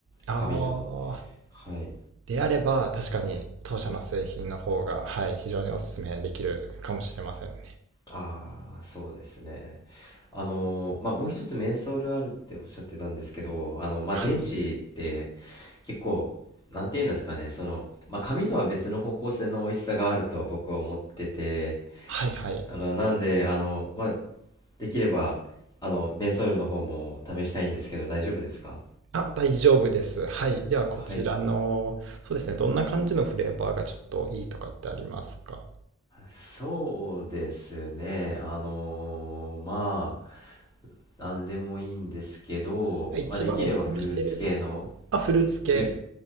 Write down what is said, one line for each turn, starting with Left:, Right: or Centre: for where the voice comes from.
Right: あ
Left: 紙の
Right: あ、
Left: はい
Right: であれば確かに当社の製品の方が、はい、非常にお勧めできるかもしれませんね。
Left: ああそうですねあのーまあもう一つメンソールあるっておっしゃってたんですけどあのまあ電子って
Right: はい、
Left: 結構なんて言うんですかねそのまあ紙とは別の方向性の美味しさがあるとは僕は思ってて
Right: はい、はい。
Left: あのなんであのまあできればあのメンソールの方も試したいんですけど大丈夫ですか
Right: あ、大丈夫です。はい。ではこちらの、
Left: はい
Right: そうですね、どんな感じのフレーバーがちょっといいとかってありますか
Left: そうですねあのーまあなんでもいいんですけど、
Right: 一番お勧めしてる。
Left: まあ、できればフルーツ系の
Right: あ、フルーツ系。
Left: グル、